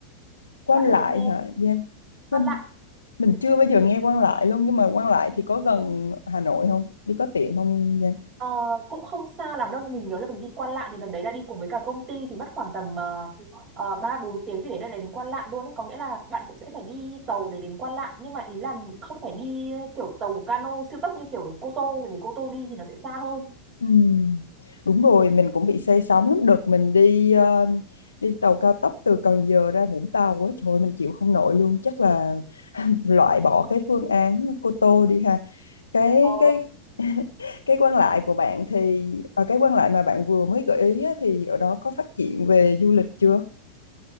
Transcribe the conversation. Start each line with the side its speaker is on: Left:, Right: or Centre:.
Left: Quan
Right: bạn
Left: Lại
Right: biết nghe
Left: hả Giang?
Right: Quan
Left: Mình
Right: Lạn
Left: mình chưa bao giờ nghe Quan Lại luôn nhưng mà Quan Lại thì có gần Hà Nội không? Đi có tiện không Giang?
Right: Ờ, cũng không xa lắm đâu nhưng mình nhớ là mình đi Quan Lạn thì lần đấy là đi cùng với cả công ty thì mất khoảng tầm uh, 3 4 tiếng thì để đây là đến Quan Lạn luôn ấy có nghĩa là bạn cũng sẽ phải đi tàu để đến Quan Lạn nhưng mà ý là mình không phải đi kiểu tàu cano siêu tốc như kiểu Cô Tô tại vì Cô Tô đi thì nó sẽ xa hơn.
Left: Ừ. Đúng rồi, mình cũng bị say sóng lắm. Đợt mình đi ờ, đi tàu cao tốc từ Cần Giờ ra Vũng Tàu á, trời ơi, mình chịu không nổi luôn. Chắc là <laughs> loại bỏ cái phương án Cô Tô đi ha cái
Right: Ờ
Left: cái <laughs> cái quan lại của bạn thì ở cái quan lại mà bạn vừa mới gợi ý á, thì ở đó có phát triển về du lịch chưa?